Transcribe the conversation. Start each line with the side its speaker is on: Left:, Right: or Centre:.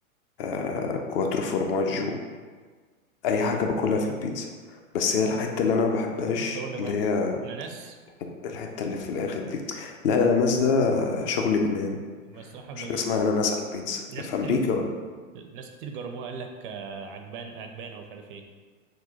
Left: آه كواترو فورماجو اي حاجه باكلها في البيتزا بس هي الحته اللي انا ما بحبهاش
Right: لسه اقول لك
Left: اللي
Right: بقى
Left: هي
Right: بتاعت الاناناس
Left: الحته اللي في الاخر دي لا الاناناس ده شغل جنان
Right: بصراحه بال...
Left: مش حاجه اسمها اناناس على البيتزا
Right: ناس
Left: لا في
Right: كتير
Left: امريكا ولا
Right: ناس كتير جربوها قال لك آه، عجبان عجبان او مش عارف ايه